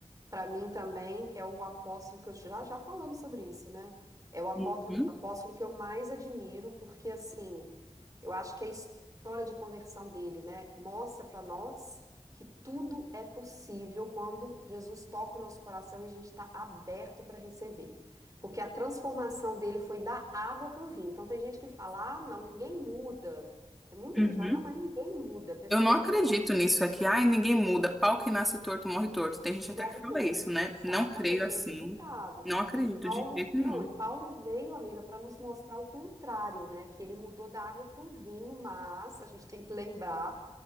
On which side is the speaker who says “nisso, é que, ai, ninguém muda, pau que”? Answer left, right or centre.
Centre